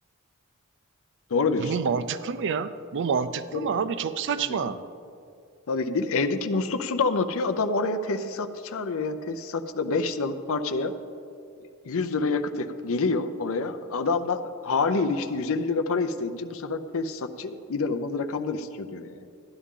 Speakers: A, on the left (about 65°); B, on the right (about 55°).
A: doğru diyorsun
B: Bu mantıklı
A: ya.
B: mı ya? Bu mantıklı
A: Tabii
B: mı
A: ki
B: abi?
A: değil.
B: Çok saçma.
A: Tabii ki değil. Tabii ki değil. Evdeki musluk su damlatıyor. Adam oraya tesisatçı çağırıyor. Yani tesisatçı da 5 liralık parçaya 100 lira yakıt yakıp geliyor oraya. Adam da haliyle işte 150 lira para isteyince bu sefer tesisatçı inanılmaz rakamlar istiyor diyor yani.